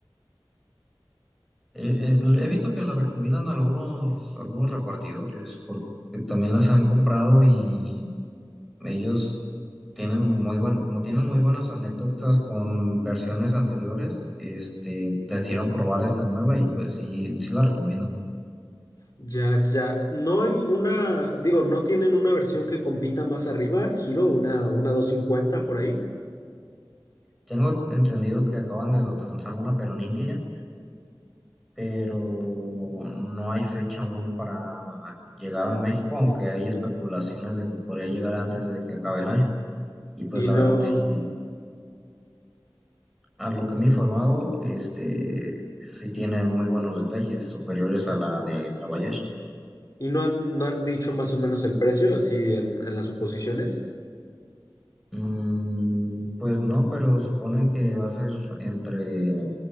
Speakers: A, in the centre; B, on the left (about 50°).
A: eh, he visto que le recomiendan algunos, algunos repartidores, porque también las han comprado y ellos tienen muy buen, como tienen muy buenas anécdotas con versiones anteriores, este, decidieron probar esta nueva y pues sí, sí la recomiendan.
B: Ya, ya. No hay una, digo, no tienen una versión que compita más arriba, giro una, una 250 por ahí.
A: Tengo entendido que acaban de lanzar una, pero en India, pero no hay fecha aún para llegada a México, aunque hay especulaciones de que podría llegar antes de que acabe el año. Y pues
B: Y
A: la
B: no,
A: verdad, sí, a lo que me he informado, este, sí tiene muy buenos detalles, superiores a la de la Voyage.
B: y no han, no han dicho más o menos el precio, así en en las suposiciones.
A: Mm, pues no, pero suponen que va a ser entre